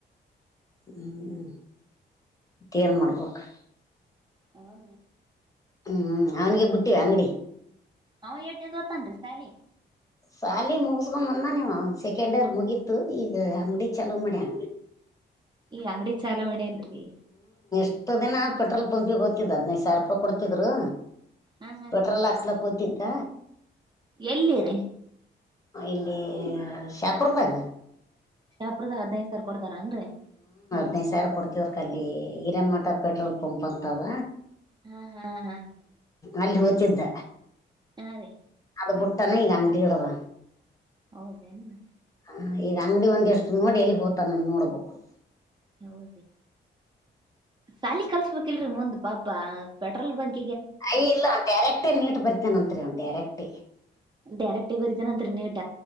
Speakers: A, on the left; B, on the right.
A: ಹ್ಮ್್ಮ ಿಯರ್ ಮಾಡ್ಬೇಕಕ್ು <unintelligible>
B: ಹೌ ಹ
A: ಹ್ಮ್ ಅವನಿಗೆ ಬಿಟ್ಟಿವ ಅಂಗಡಿ
B: ಅವ ಏಟೇ ಓತನ್ ಸಾಲಿ
A: ಸಾಲಿ ಮುಗಿಸಕೊಂಡ ಮುಂದ ನೀವು ಸೆಕೆಂಡ್ ಇಯರ್ ಮುಗೀತು ಈಗ ಅಂಗಡಿ ಚಲೋ ಮಾಡ್ಯಣ
B: ಈ ಅಂಗಡಿ ಚಾಲವಣೆ ಅನ್ರಿ
A: ಎಷ್ಟ ದಿನ ಪೆಟ್ರೋಲ್ ಪಂಪಿಗೆ ಓ್ತಿದ್ ಹದಿನೈದು ಸಾವಿರ ರೂಪಾಯಿ ಕೊಡ್ತಿದ್ರು
B: ಹಾ ಹಾ
A: ಪೆಟ್ರೋಲ್
B: ರೀ
A: ಹಾಕ್ಲ ಗೊತಿದ್ದ
B: ಎಲ್ಲಿರಿ
A: ಇಲ್ಲಿ ಶಾಪುರ್ದಾಗ
B: ಶಾಪುದ ಹದಿನೈದು ಸಾವರ ಕೊಡ್ತಾರ ಅನ್ರರಿ
A: ಹದನೈದು ಸಾವರ ಕೊಡ್ತತಿವ್ರ ಕ ಅಲ್ಲಿ ಹಿರೇಮಠ ಪೆಟ್ರೋಲ್ ಪಂಪ್ ಅಂತದ
B: ಹ್ಮ್ ಹ್ಮ್ ಹ್ಮ್
A: ಅಲ್ಲಿ ಹೋಗ್ತಿದ್ದ
B: ಹಾ ರೀ
A: ಅದು ಬುಟ್ಟನ ಈಗ ಅಂಗಡಿ ಇಡದ ನಾ
B: ಹೌದೇನು
A: ಹ ಈ ಅಂಗಡಿ ಒಂದ್ ಎಷ್ಟು ನೋಡಿ ಎಲ್ಲಿ ಬೋತ ನಾನನ್ ನೋಡ್ಬಬೇಕು <inaudible>
B: ಹೌದ್ರಿ ಸಾಲಿ ಕಲ್ಸ್ಬೇಕಲ್ರರಿ ಮುಂದ್ ಪಾಪ ಪೆಟ್ರೋಲ್ ಬಂಕ್
A: ಅಯ ಇಲ್ಲ ಡೈರೆಕ್ಟೇ ನೀಟ್ ಬರ್ತೇನಂತ್ರಿ ಡೈರೆಕ್ಟ
B: ಡೈರೆಕ್ಟ ಬರಿತನಂತತ್ರ ನೀಟ